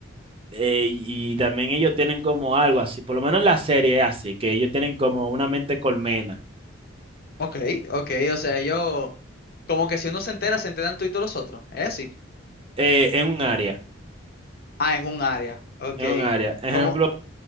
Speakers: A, on the right; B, on the left.
A: eh, y y también ellos tienen como algo así, por lo menos en la serie es así, que ellos tienen como una mente colmena
B: Ok, ok, o sea, yo, como que si uno se entera, se enteran tú y todos los otros, ¿es así?
A: eh, en un área.
B: Ah, en un área, ok.
A: en un área. Ejemplo,
B: Como,